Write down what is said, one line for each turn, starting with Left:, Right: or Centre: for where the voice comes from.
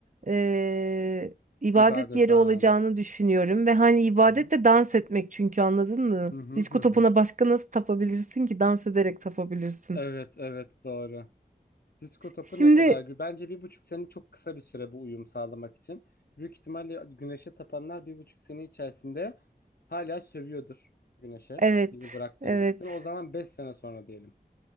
Right: eee, ibadet
Left: İbadethane.
Right: yeri olacağını düşünüyorum ve hani ibadet
Left: Hı hı.
Right: de dans etmek çünkü anladın mı?
Left: Hı hı
Right: Disko
Left: hı hı.
Right: topuna başka nasıl tapabilirsin ki dans ederek tapabilirsin.
Left: Evet evet doğru. Disko topu
Right: Şimdi
Left: ne kadar gü Bence bir buçuk sene çok kısa bir süre bu uyum sağlamak için. Büyük ihtimalle güneşe tapanlar bir buçuk sene içerisinde hala sövüyordur güneşe.
Right: evet
Left: Bizi bıraktın
Right: evet
Left: gittin. O zaman beş sene sonra diyelim.